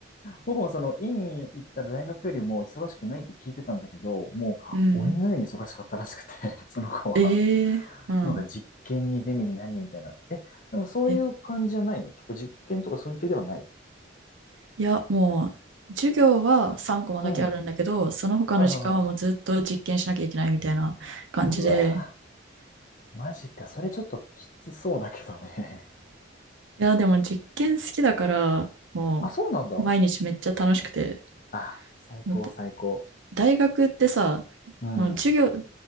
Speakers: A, on the left; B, on the right.
A: 僕もそのイン行ったら大学よりも忙しくないって聞いてたんだけど、もう鬼のように忙しかったらしくて、
B: うん。
A: <laughs> その子は。
B: ええうん。
A: もうなんか実験にゼミに何みたいな。え、なんかそういう感じじゃないの結構実験とかそういう系ではない
B: え、いや、もう、授業は3コマだけあるんだけど、
A: うん。
B: その他の時間はもうずっと実験しなきゃいけないみたいな感じで、
A: はいはいはい。うわぁ、マジか。それちょっときつそうだけどね。
B: いや、でも実験好きだから、
A: <laughs>
B: もう、
A: あ、そうなんだ。
B: 毎日めっちゃ楽しくて、
A: あ、最高最高。
B: もう大学ってさ、
A: うん。
B: もう授業、授